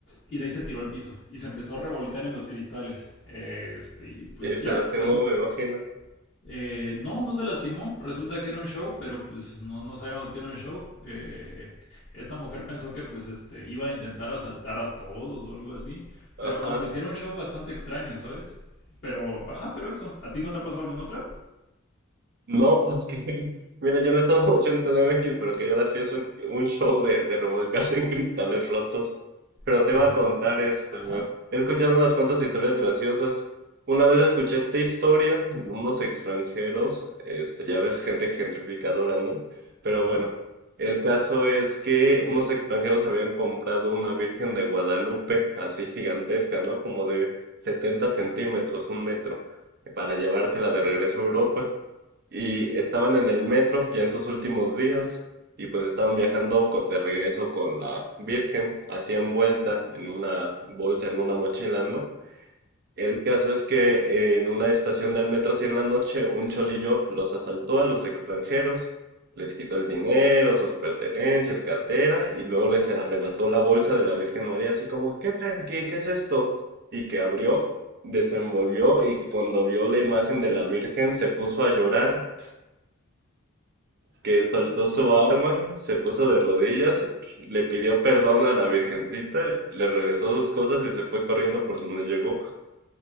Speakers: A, on the left; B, on the right.
A: y de ahí se tiró al piso y se empezó a revolcar en los cristales. Este, y pues
B: Eh, se
A: ya,
B: lastimó,
A: resulta.
B: me imagino.
A: eh, no, no se lastimó. Resulta que era un show, pero pues no, no sabíamos que era un show. Eh, esta mujer pensó que pues este iba a intentar asaltar a todos o algo así.
B: Ajá.
A: Pero aunque sí era un show bastante extraño, ¿sabes? Pero, ajá, pero eso. ¿A ti no te ha pasado alguna otra?
B: No, porque <laughs> mira, yo no he estado mucho en CDMX, pero qué gracioso un un show de, de revolcarse en cristales rotos. Pero
A: Sí.
B: te iba a contar este,
A: Ajá,
B: ¿no? he escuchado unas cuantas historias graciosas. Una vez escuché esta historia de unos extranjeros, este, ya ves, gente gentrificadora, ¿no? Pero
A: ajá.
B: bueno, el caso es que unos extranjeros habían comprado una Virgen de Guadalupe, así gigantesca, ¿no? Como de 70 centímetros, un metro, para llevársela de regreso a Europa. Y estaban en el metro ya en sus últimos días y pues estaban viajando co- de regreso con la Virgen, así envuelta en una bolsa, en una mochila, ¿no? El caso es que eh, en una estación del metro, así en la noche, un cholillo los asaltó a los extranjeros, les quitó el dinero, sus pertenencias, cartera y luego les arrebató la bolsa de la Virgen María, así como, ¿qué traen aquí? ¿Qué es esto? Y que abrió, desenvolvió y que cuando vio la imagen de la Virgen se puso a llorar que soltó su arma, se puso de rodillas, le pidió perdón a la Virgencita, le regresó sus cosas y se fue corriendo por donde llegó.